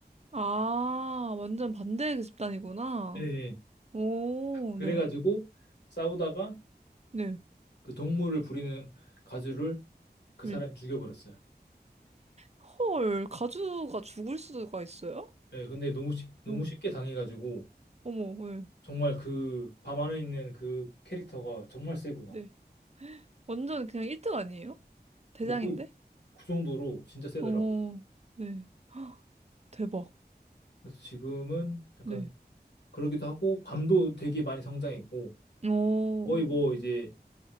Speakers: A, on the right; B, on the left.
A: 아, 완전 반대의 집단이구나.
B: 예, 예.
A: 오,
B: 그래가지고
A: 네,
B: 싸우다가
A: 네.
B: 그 동물을 부리는 가주를 그
A: 왜?
B: 사람이 죽여버렸어요.
A: 헐, 가주가 죽을 수가 있어요?
B: 예, 근데 너무 쉽, 너무
A: 어,
B: 쉽게 당해가지고
A: 어머, 왜?
B: 정말 그 밤 안에 있는 그 캐릭터가 정말 세구나.
A: 네. 완전 그냥 1등 아니에요? 대장인데?
B: 뭐 거의 그 정도로 진짜 세더라고요.
A: 어, 네. <gasps> 헉, 대박.
B: 그래서 지금은 약간
A: 네.
B: 그러기도 하고 밤도 되게 많이 성장했고
A: 어,
B: 거의 뭐 이제